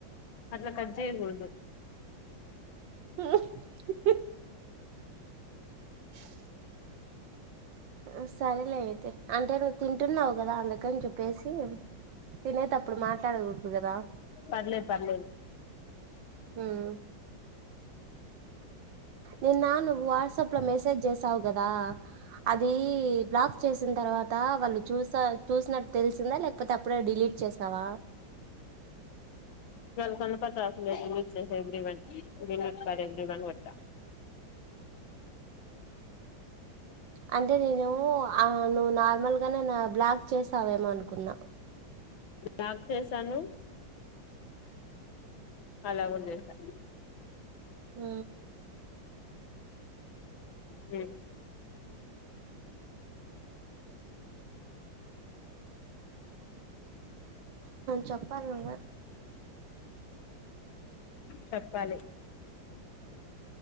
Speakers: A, on the left; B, on the right.
A: అట్ల కట్ చేయకూడదు
B: ఊహ్ హ్ ష్ ఉమ్ సరేలే అయితే అంటే నువ్వు తింటున్నావు కదా అందుకని చెప్పేసి తినేతప్పుడు మాట్ ఉండకూడదుకదా
A: పర్లేద్ పర్లేద్
B: హుమ్ నిన్నా నువ్వు వాట్సాప్ లో మెసేజ్ చేసావు కదా అదీ బ్లాక్ ఇచ్చేసిన్ తర్వాత వాళ్ళు చూసా చూసినట్టు తెలిసిందా లేకపోతే అప్పుడే డిలీట్ చేశావ
A: గోళ్ కొ ప వి ఎవ్రి వన్ ఎవ్రివన్ కోట్ట
B: అంటే నేను ఆ నువ్వు నార్మల్గా నేను బ్లాక్ చేసావేమో అనుకున్నా
A: లాక్ చేసాను అలా ఉంజేశా
B: ఊ
A: ఉ
B: చెప్పాలి నువ్వే
A: చప్పాలి